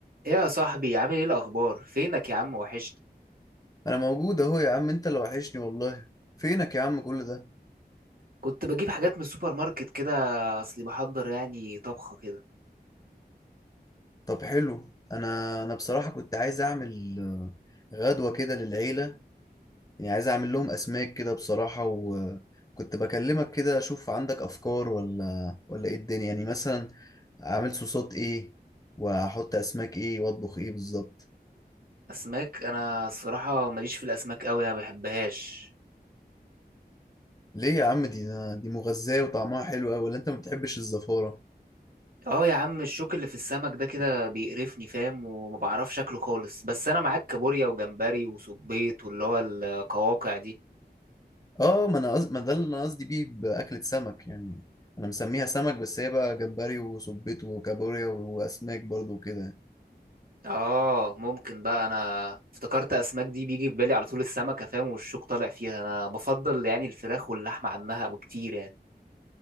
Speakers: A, on the right; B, on the left.
A: ايه يا صاحبي عامل ايه الاخبار فينك يا عم وحشني
B: انا موجود اهو يا عم انت اللي وحشني والله فينك يا عم كل ده
A: كنت بجيب حاجات من السوبر ماركت كده اصلي بحضر يعني طبخه كده
B: طب حلو انا انا بصراحة كنت عايز اعمل آه، غدوة كده للعيلة يعني عايز اعمل لهم اسماك كده بصراحة وكنت بكلمك كده اشوف عندك افكار ولا ولا ايه الدنيا يعني مثلا اعمل صوصات ايه واحط اسماك ايه واطبخ ايه بالظبط
A: اسماك انا الصراحه ماليش في الاسماك قوي ما بحبهاش
B: ليه يا عم دي دي مغذية وطعمها حلو قوي ولا انت ما بتحبش الزفارة
A: اه يا عم الشوك اللي في السمك ده كده بيقرفني فاهم وما بعرفش شكله خالص بس انا معاك كابوريا وجمبري وسبيط واللي هو القواقع دي
B: اه ما انا قصد... ما ده اللي انا قصدي بيه باكلة سمك يعني انا مسميها سمك بس هي بقى جمبري وسبيط وكابوريا واسماك برضو وكده
A: اه ممكن بقى انا افتكرت اسماك دي بيجي في بالي على طول السمكه فاهم والشوك طالع فيها انا بفضل يعني الفراخ واللحمه عنها بكتير يعني